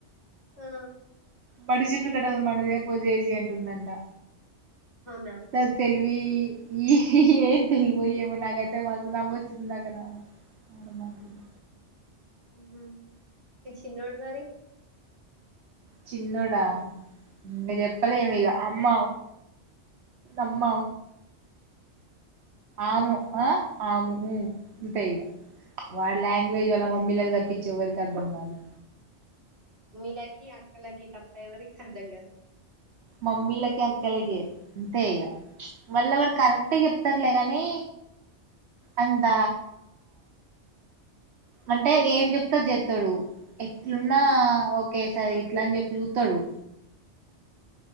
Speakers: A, on the right; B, on the right.
A: ఆ
B: మడిజీపు కట్టల మనదే పో జే జీంటందాంటా
A: అవునా!
B: సది తెలువి ఈ ఏం తెలిపోయ ఏమో నాకైతే మాస నవ వచ్చిందిందాక అవునందంటడి
A: నా ఈ చిన్నోడు మారే
B: చిన్నడా ఇంకా చెప్పలేమి ఇక అమ్మ అమ్మ ఆము ఆ పైగా వాళ లాంగ్వేజ్ వాల మమ్మీ తప్పించవరికి అర్థం కాదు
A: మీళకి అక్కలకి తప్ప ఎవరికి అర్థం కాదు
B: మమ్మీలకి అక్కలకి అంతే ఇక మళ్ళ వాారు కరెక్ట్ చెప్తారులేగాని అంద అంటే ఏం చెప్తా చెతాడు ఎట్లున్నా ఒకఓే సారి ఇట్ల అని చెప్పి చూతాడు